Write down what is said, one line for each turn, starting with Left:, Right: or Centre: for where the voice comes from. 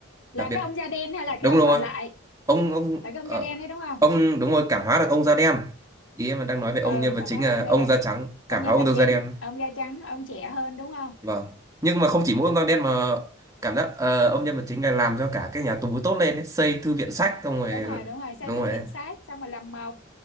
Left: là
Right: đặc biệt
Left: cái ông da đen hay là
Right: đúng
Left: cái ông
Right: không
Left: còn
Right: ạ
Left: lại
Right: ông ông
Left: là cái
Right: ờ,
Left: ông da đen đấy đúng không
Right: ông đúng rồi cảm hóa được ông da đen ý em đang nói về ông
Left: ừ
Right: nhân vật
Left: cắm
Right: chính
Left: hết rồi
Right: là
Left: ông da
Right: ông
Left: đen
Right: da trắng
Left: ông
Right: cảm
Left: nhân
Right: hóa ông
Left: vật chính
Right: da đen
Left: ông da trắng ông trẻ hơn đúng không
Right: vâng nhưng mà không chỉ mỗi ông Quang Đen mà cảm giác ờ, ông nhân vật chính này làm cho cả cái nhà tù tốt lên ấy. xây thư viện sách xong rồi
Left: đúng rồi đúng rồi xây
Right: đúng
Left: thư
Right: rồi
Left: viện
Right: ấy.
Left: sát xong rồi làm mộc